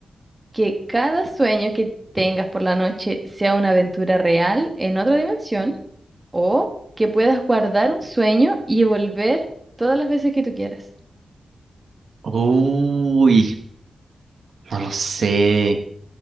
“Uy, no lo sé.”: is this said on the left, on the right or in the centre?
Right